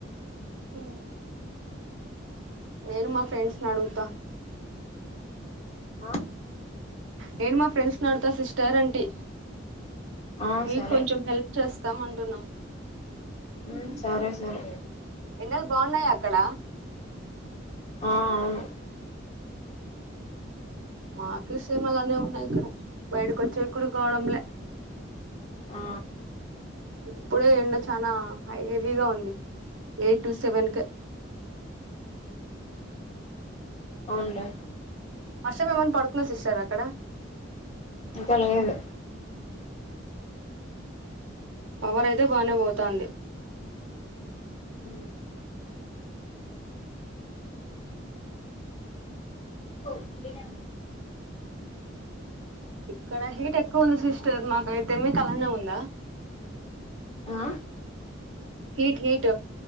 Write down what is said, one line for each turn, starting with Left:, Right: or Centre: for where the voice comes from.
Right: హు నేను మా ఫ్రెండ్స్ నడుగుతా
Left: ఆ
Right: నేను మా ఫ్రెండ్స్ నడుగుతా సిస్టర్ అంటి
Left: ఆ
Right: మీకు
Left: సరే
Right: కొంచెం హెల్ప్ చేస్తాం అంటున్నాం
Left: ఉమ్ సరే సరే
Right: ఎండలు బాగున్నాయ అక్కడ
Left: ఆ అవును
Right: మాకీ సేమ్ అలానే ఉన్నాయి ఇక్కడ బయటక వచ్చేగూడ కావడంలా
Left: ఆ
Right: ఇప్పుడుే ఎండ చానా ఐ హెవీగా ఉంది ఎయిట్ టు సెవెన్ కె
Left: అవునులే
Right: వర్షం ఏమన్నా పడుతున్నా సిస్టర్ అక్
Left: ఇంకా లేదు
Right: పవర్ అయితే బానే పోతాంది
Left: ఉ పోఓ ఏడ
Right: ఇక్కడ హీట్ ఎక్కువ ఉంది సిస్టర్ మాకైతే మీకు అలానే ఉందా
Left: ఆ
Right: హీట్ హీట్